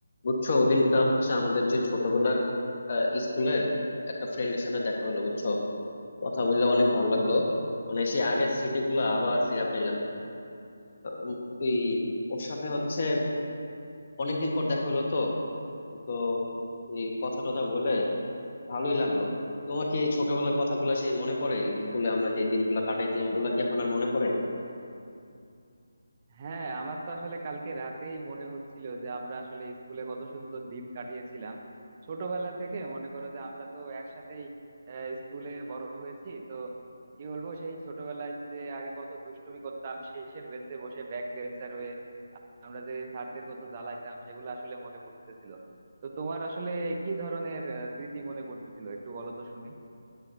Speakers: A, on the left (about 40°); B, on the right (about 30°).
A: বুঝছো ওদিনকার হচ্ছে আমাদের যে ছোটবেলার আহ, স্কুলের একটা ফ্রেন্ডের সাথে দেখা হলো বুঝছো কথা বললে অনেক ভালো লাগলো মানে সেই আগের স্মৃতিগুলো আবার ফিরে পাইলাম উম, ওই ওর সাথে হচ্ছে অনেকদিন পর দেখা হলো তো তো এই কথা টথা বলে ভালোই লাগলো তোমার কি এই ছোটবেলার কথাগুলো সেই মনে পড়ে স্কুলে আমরা যে দিনগুলো কাটাইছিলাম ওগুলা কি এখন আর মনে পড়ে
B: হ্যাঁ আমার তো আসলে কালকে রাতেই মনে হচ্ছিল যে আমরা আসলে স্কুলে কত সুন্দর দিন কাটিয়েছিলাম ছোটবেলা থেকে মনে করো যে আমরা তো একসাথেই আহ, স্কুলে বড় হয়েছি তো কি বলবো সেই ছোটবেলায় যে আগে কত দুষ্টুমি করতাম শেষের বেঞ্চে বসে ব্যাক বেঞ্চার হয়ে আমরা যে স্যারদের কত জ্বালাইতাম সেগুলো আসলে মনে পড়তেছিল তো তোমার আসলে কি ধরনের আহ, স্মৃতি মনে পড়তেছিল একটু বলো তো শুনি